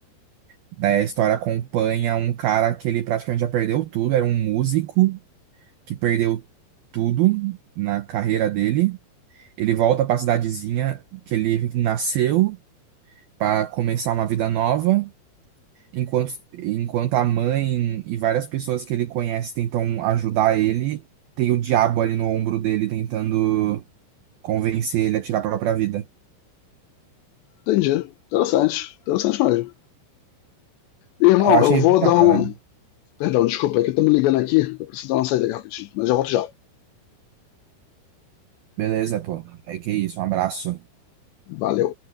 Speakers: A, on the right; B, on the left.
A: Daí a história acompanha um cara que ele praticamente já perdeu tudo, era um músico que perdeu tudo na carreira dele. Ele volta para a cidadezinha que ele nasceu para começar uma vida nova, enquanto, enquanto a mãe e várias pessoas que ele conhece tentam ajudar ele, tem o diabo ali no ombro dele tentando convencer ele a tirar a própria vida.
B: Entendi. Interessante. Interessante mesmo. Irmão,
A: Eu achei
B: eu vou
A: bem da
B: dar
A: hora.
B: um. Perdão, desculpa, é que estamos ligando aqui. Eu preciso dar uma saída aqui rapidinho, mas já volto já.
A: Beleza, pô. É que é isso, um abraço.
B: Valeu.